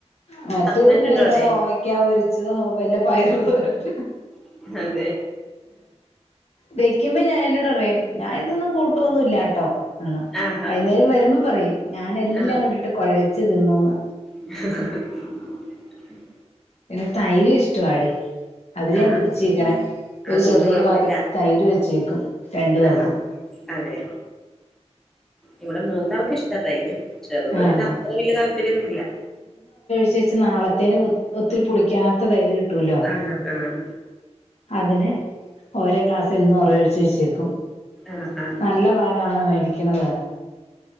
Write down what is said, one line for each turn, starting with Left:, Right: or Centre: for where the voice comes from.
Left: മറ്റേതിന്
Centre: ഹസ്ബൻഡ് ഉണ്ടോ
Left: വല്ല
Centre: അവിടെ
Left: പോവയ്ക്കാ പൊരി ച്ചതോ വല്ല പയറ് തോരനും
Centre: <unintelligible>
Left: വെയ്ക്കുമ്പോ ഞാനെന്നോട് പറയും ഞാൻ ഇതൊന്നും കൂട്ടുവൊന്നും ഇല്ലാട്ടോ അതാ
Centre: ആഹാ
Left: വൈന്നേരം വരുമ്പോ പറയും ഞാനെല്ലാ
Centre: ആഹ്
Left: അങ്ങടിട്ട് കൊഴ ച്ച് തിന്നൂന്ന്
Centre: <unintelligible>
Left: പിന്നെ തൈര് ഇഷ്ടവാടി. അതി ഞാൻ
Centre: ആഹ്
Left: പിടിച്ച് നിക്കണെ. ഒരു
Centre: അതുകൊണ്ട്
Left: ചെറിയ
Centre: കൊഴപ്പില്ല
Left: പാത്രത്തിൽ തൈര് വെച്ചേക്കും രണ്ടു പേർക്കും.
Centre: ആഹ് അതെ ഇവിടെ മൂത്താൾക്ക് ഇഷ്ടാ തൈര്. ചെറുത്
Left: ആഹ്
Centre: പിന്നെ അത്ര വല്യ താല്പര്യൊന്നുയില്ല.
Left: ച് വെച്ച് നാളത്തേന് ഒത് ഒത്തിരി പുളിക്കാത്ത തൈര് കിട്ടൂലോ.
Centre: ആഹ് ആഹ്
Left: അതിന് ഓരോ ഗ്ലാസ് എന്നും ഒറ ഒഴിച്ചു വെച്ചേക്കും.
Centre: ആഹാ
Left: നല്ല പാലാണ് മേടി ടിക്കണത്.